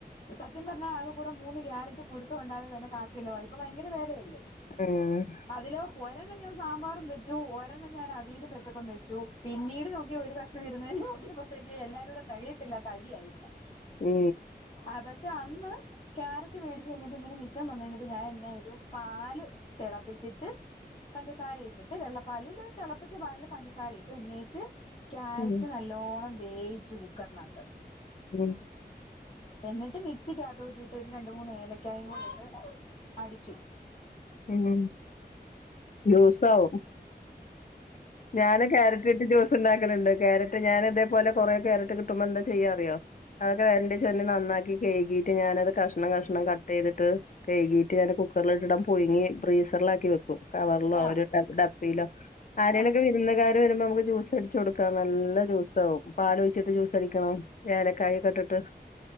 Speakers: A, on the left (about 30°); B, on the left (about 50°).
A: സത്യം പറഞ്ഞാൽ ആകെ കൂടെ മൂന്ന് ക്യാരറ്റ് മുടുത്ത കൊണ്ടാന്ന തന്നെ കാക്കിയല്ലോ ഇപ്പൊ ഭയങ്കര വിലയല്ലേ
B: മ്
A: അതില് ഒരെണ്ണം ഞാൻ സാമ്പാറും വെച്ചു ഒരെണ്ണം ഞാൻ അവിയലും വെച്ചപ്പം വെച്ചു പിന്നീട് നോക്കി ഒരു കഷ്ണം വരുന്ന നോക്കിയപ്പോഴത്തേക്ക് എല്ലാരും കൂടെ തികയത്തില്ലാത്ത അടിയായി ഇവിടെ
B: മ്
A: ആ പക്ഷെ അന്ന് ക്യാരറ്റ് മേടിച്ചു കഴിഞ്ഞപ്പോ ഇങ്ങനെ മിച്ചം വന്നഴിഞ്ഞപ്പോ ഞാൻ എന്നയ്തു പാൽ തെളപ്പിച്ചിട്ട് പഞ്ചസാര ഇട്ടിട്ട് വെള്ളപ്പാലിൽ തെളപ്പിച്ച പാലിൽ പഞ്ചസാരയിട്ട് ഉന്നയിച്ച് ക്യാരറ്റ്
B: ഉം,
A: നല്ലോണം വേയിച്ചു കുക്കറിനാകത്ത്
B: ഉം
A: എന്നിട്ട് മിക്സിക്കകത്തോടക്ക് ഇട്ടിട്ട് ഒരു രണ്ട് മൂന്ന് ഏലക്കാഴേ കൂടിയിട്ട് അടിച്ചു
B: ഉം ലൂസാവും സ് ഞാൻ ക്യാരറ്റ്ട്ട് ജോ ണ്ടാക്കല്ണ്ട് ക്യാരറ്റ് ഞാൻ അതെ പോലേ കൊറേ ക്യാരറ്റ് കിട്ടുമ്പോ എന്താ ചെയ്യാറിയോ? അതൊക്കെ വെര്ണ്ടി ചൊര്ണ്ടി നന്നാക്കി കെയ്കിട്ട് ഞാനത് കഷ്ണം കഷ്ണം കട്ട് ചെയ്തിട്ട് കൈകിയിട്ട് ഞാൻ കുക്കറിൽ ഇട്ടണം പുഴുങ്ങി ഫ്രീസറിലാക്കി വെക്കും കവർലോ
A: ആ
B: ഒരു ട ഡപ്പയിലോ ആരേലൊക്കെ
A: ആ
B: വരു വിരുന്ന്ക്കാര് വരുമ്പോ നമ്മക്ക് ജ്യൂസ് അടിച്ചു കൊടുക്കാം നല്ല ജ്യൂസാവും പാലൊഴിച്ചിട്ട് ജ്യൂസടിക്കണം. ഏലക്കായി ഇട്ടിട്ട്